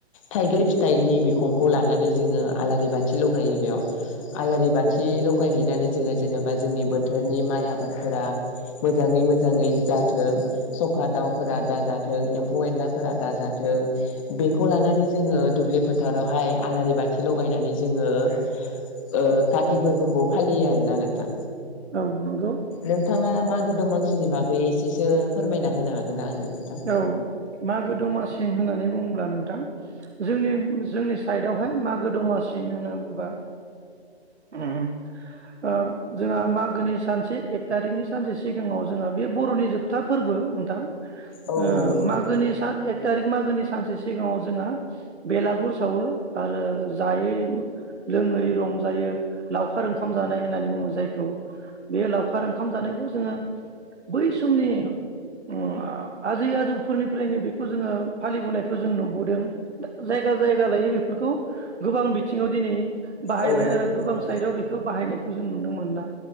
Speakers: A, on the left; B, on the right.
A: थाइगिर फिथाइनि बिखंखौ लानानै जोङो आलारि बाथि लगायो बेयाव आलारि बाथि लगायहैनानै जोङो जेबा जोंनि बो थोरनि माइ आबादफोरा मोजाङै मोजाङै जाथों सखा दाउफोरा दाजाथों एम्फौ एनलाफोरा दाजाथों बेखौ लानानै जोङो दुब्लि फोथारावहाय आलारि बाथि लगायनानै जोङो ओ काति फोरबोखौ फालियो आरोना नोंथां
B: औ नंगौ
A: नोंथाङा मा गो दमासिनि बागै एसेसो फोरमायना होनो हागोन ना आंनो नोंथां?
B: औ मागो दमासिं होननानै बुङोब्ला नों थां जोंनि जोंनि साइडआवहाय मागो दमासि होन होनबा ओ जोंहा ओ मागोनि सानसे एक तारिकनि सानसे सिगाङाव जोंहा बे बर'नि जोबथा फोरबो नोंथां
A: औ
B: ओ
A: नंगौ नोंथां
B: मागोनि सा एक तारिख मागोनि स सानसे सिगाङाव जोंहा बेलागुर सावो आरो जायै मो लोङै रंजायो लावखार ओंखाम जानाय होननानै बुङो जायखौ बे लावखार ओंखाम जानायखौ जोङो बै समनि उम आ आजै आजौफोरनिफ्रायनो बेखौ जोङो फालिबोनायखौ जों नुबोदों दा जायगा जायगा लायै बेफोरखौ गोबां बिथिङाव दिनै बाहायबाय
A: औ नंगौ
B: आरो गोबां
A: नोंथां
B: साइदाव बेखौ बाहायनाय खौ जों नुनो मोनला